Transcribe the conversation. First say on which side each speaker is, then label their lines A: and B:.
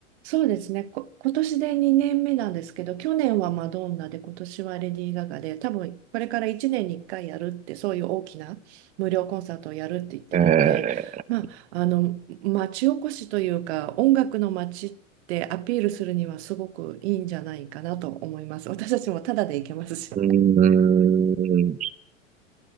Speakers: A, on the right; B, on the right.
A: そうですね。こ、今年で2年目なんですけど、去年はマドンナで、今年はレディー・ガガで、多分これから1年に1回やるって、そういう大きな無料コンサートをやるって言ってるんで、
B: え
A: まあ、あの、町おこしというか、音楽の街ってアピールするにはすごくいいんじゃないかなと思います。私たちもタダで行けますし。
B: ー、うーん、